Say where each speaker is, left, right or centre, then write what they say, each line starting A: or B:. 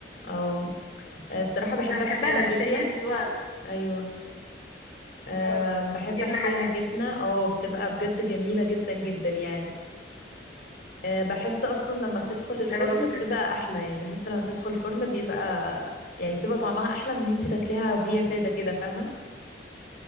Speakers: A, on the left (about 45°); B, on the left (about 30°).
A: اه الصراحه بحب
B: انا
A: احشيها
B: بحبها محشيه
A: جبنه
B: بس هو
A: ايوه أه
B: اه
A: بحب
B: جبنه
A: احشيها
B: حادقه
A: جبنه اه بتبقى بجد جميله جدا جدا يعني آه، بحس اصلا لما
B: مم.
A: بتدخل الفرن
B: انا برضو
A: بتبقى
B: كده
A: احلى يعني بحس لما بتدخل الفرن بيبقى يعني بتبقى طعمها احلى من ان انت تاكليها وهي ساده كده فاهمه